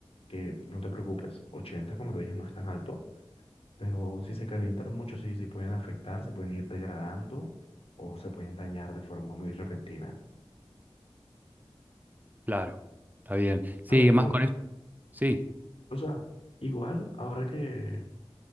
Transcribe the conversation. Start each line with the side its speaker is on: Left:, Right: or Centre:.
Left: que no te preocupes, 80 como te dije, no es tan alto, pero si se calientan mucho, sí, sí pueden afectar, se pueden ir degradando o se pueden dañar de forma muy repentina.
Right: Claro, está bien. Sí,
Left: A ver,
Right: más
Left: pero,
Right: con esto. Sí,
Left: o sea, igual, ahora que,